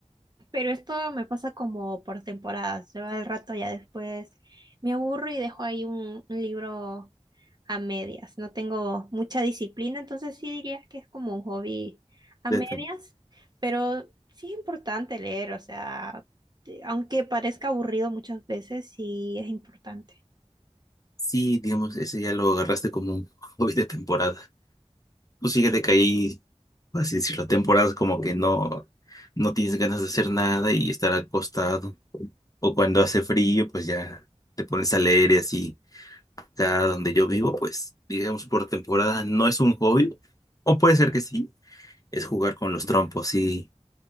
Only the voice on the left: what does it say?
De tem-
sí, digamos, ese ya lo agarraste como un <laughs> hobby de temporada. Pues fíjate que ahí por así decirlo, temporadas como que no, no tienes ganas de hacer nada y estar acostado. O cuando hace frío, pues ya te pones a leer y así. Acá donde yo vivo, pues digamos por temporada no es un hobby, o puede ser que sí, es jugar con los trompos, si,